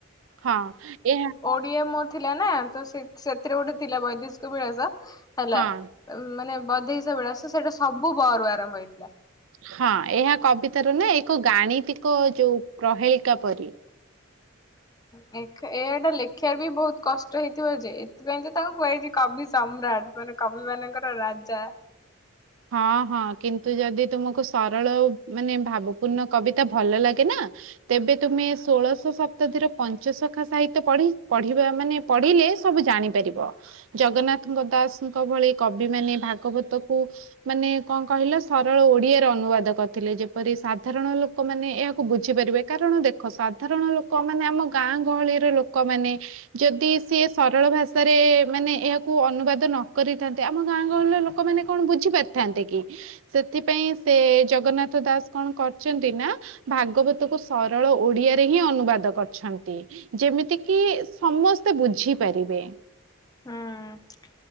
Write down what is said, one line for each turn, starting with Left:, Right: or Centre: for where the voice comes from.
Right: ହଁ ଏହା
Left: କିଏ ମୋର ଥିଲା ନା ତ ସେ ସେଥିରେ ଗୋଟେ ଥିଲା ବୈଦେଶିକ ବିଳାସ ହେଲା।
Right: ହଁ
Left: ମାନେ ବୈଦେଶ୍ୟ ବିଳାସ ସେଇଟା ସବୁ ବ ରୁ ଆରମ୍ଭ ହେଇଥିଲା।
Right: ହଁ ଏହା କବିତାରୁ ନା ଏକ ଗାଣିତିକ ଯୋଉ ପ୍ରହେଳିକା ପରି
Left: ହଁ ଏ ଏଟା ଲେଖିବା ବି ବହୁତ କଷ୍ଟ ହେଇଥିବ ଯେ ଏଥିପାଇଁ ତ ତାଙ୍କୁ କୁହାଯାଇଛି କବି ସମ୍ରାଟ। ମାନେ କବିମାନଙ୍କର ରାଜା।
Right: ହଁ ହଁ କିନ୍ତୁ ଯଦି ତୁମକୁ ସରଳ ମାନେ ଭାବପୂର୍ଣ୍ଣ କବିତା ଭଲ ଲାଗେ ନା ତେବେ ତୁମେ ଷୋଳଶ ଶତାବ୍ଦୀର ପଞ୍ଚ ଶଖା ସାହିତ୍ୟ ପଢି ପଢିବା ମାନେ ପଢିଲେ ସବୁ ଜାଣିପାରିବ। ଜଗନ୍ନାଥଙ୍କ ଦାସଙ୍କ ଭଳି କବିମାନେ ଭାଗବତକୁ ମାନେ କଣ କହିଲ ସରଳ ଓଡିଆରେ ଅନୁବାଦ କରିଥିଲେ ଯେପରି ସାଧାରଣ ଲୋକମାନେ ଏହାକୁ ବୁଝିପାରିବେ। କାରଣ ଦେଖ ସାଧାରଣ ଲୋକମାନେ ଆମ ଗାଁ ଗହଳିର ଲୋକମାନେ ଯଦି ସିଏ ସରଳ ଭାଷାରେ ମାନେ ଏହାକୁ ଅନୁବାଦ ନ କରିଥାନ୍ତେ। ଆମ ଗାଁ ଗହଳିରେ ଲୋକ ଲୋକମାନେ କଣ ବୁଝିପାରିଥାନ୍ତେ କି? ସେଥିପାଇଁ ସେ ଜଗନ୍ନାଥ ଦାସ କଣ କରିଛନ୍ତି ନା ଭାଗବତକୁ ସରଳ ଓଡିଆରେ ହିଁ ଅନୁବାଦ କରିଛନ୍ତି। ଯେମିତି କିି ସମସ୍ତେ ବୁଝିପାରିବେ।
Left: ହୁଁ